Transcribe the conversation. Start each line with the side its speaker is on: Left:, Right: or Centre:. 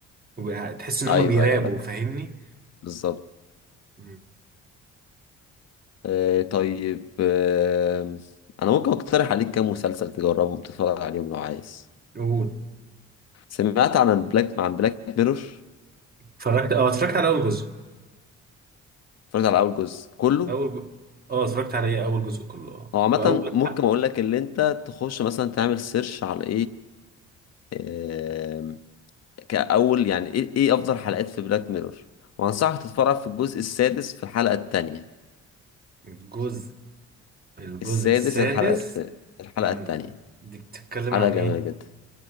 Right: وبقى تحس ان
Left: ايوه
Right: هما بيرابوا
Left: ايوه لا
Right: فاهمني
Left: بالظبط
Right: مم.
Left: آه طيب آه انا ممكن اقترح عليك كام مسلسل تجربهم تتفرج عليهم لو عايز
Right: قول
Left: سمعت عن بلاك عن بلاك ميرور
Right: اتفرجت اه اتفرجت على اول جزء
Left: اتفرجت على اول جزء كله
Right: اول ج... اه اتفرجت على ايه اول جزء كله اه
Left: هو عامه
Right: واول
Left: ممكن
Right: حق
Left: اقول لك اللي انت تخش مثلا تعمل سيرش على ايه كأول يعني إيه إيه أفضل حلقات في بلاك ميرور وأنصحك تتفرج في الجزء السادس في الحلقة التانية
Right: الجزء الجزء
Left: السادس
Right: السادس
Left: الحلقة الت- الحلقة
Right: مم.
Left: التانية
Right: دي بتتكلم
Left: حلقة
Right: عن
Left: جميلة جدا